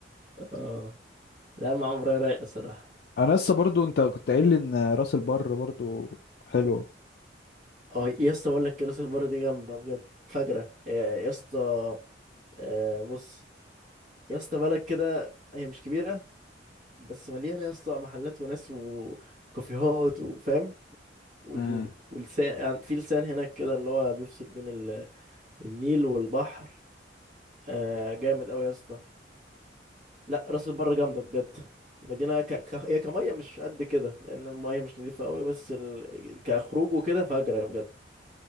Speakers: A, on the right; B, on the left.
A: اه لا المعمورة رايقة صراحة
B: انا لسه برضو انت كنت قايل لي ان راس البر برضو حلو
A: اه يا اسطى بقول لك كراسي البرة دي جامدة بجد فجرة يا يا اسطى آه، بص يا اسطى بلد كده هي مش كبيرة بس مليانه يا اسطى محلات وناس و- وكافيهات وفاهم وال...
B: امم
A: واللسان يعني في لسان هناك كده اللي هو بيفصل بين ال... النيل والبحر آه جامد قوي يا اسطى لا راس البر جامده بجد مدينه ك... ك... هي كميه مش قد كده لان الميه مش نظيفه قوي بس ال... كخروج وكده فجره بجد